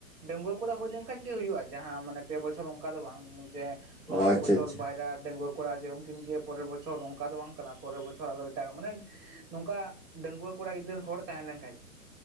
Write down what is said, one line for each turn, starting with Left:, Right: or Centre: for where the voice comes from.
Right: ᱰᱟᱺᱜᱩᱭᱟᱹ ᱠᱚᱲᱟ ᱦᱩᱭ ᱞᱮᱱᱠᱷᱟᱱ ᱜᱮ ᱦᱩᱭᱩᱜᱜᱼᱟ ᱡᱟᱦᱟᱸ ᱢᱟᱱᱮ ᱯᱮ ᱵᱚᱪᱷᱚᱨ ᱚᱱᱠᱟ ᱫᱚ ᱵᱟᱝ ᱡᱮ ᱱᱚᱶᱟ
Centre: ᱚ
Right: ᱴᱟᱜ
Centre: ᱟᱪᱪᱷᱟ
Right: ᱵᱚᱪᱷᱚᱨ
Centre: ᱟᱪᱪᱷᱟ
Right: ᱵᱟᱭᱨᱟ ᱰᱟᱺᱜᱩᱣᱟ ᱠᱚᱲᱟ ᱡᱮ ᱩᱱᱠᱤᱱ ᱜᱮ ᱯᱚᱨᱮ ᱵᱚᱪᱷᱚᱨ ᱚᱱᱠᱟ ᱫᱚ ᱵᱟᱝ ᱠᱟᱱᱟ ᱯᱚᱨᱮᱨ ᱵᱚᱪᱷᱚᱨ ᱟᱨ ᱮᱴᱟᱜ ᱢᱟᱱᱮ ᱱᱚᱝᱠᱟ ᱰᱟᱺᱜᱩᱣᱟᱹ ᱠᱚᱲᱟ ᱜᱤᱫᱟᱹᱨ ᱦᱚᱲ ᱛᱟᱦᱮᱸ ᱞᱮᱱ ᱠᱷᱟᱡ ᱜᱮ᱾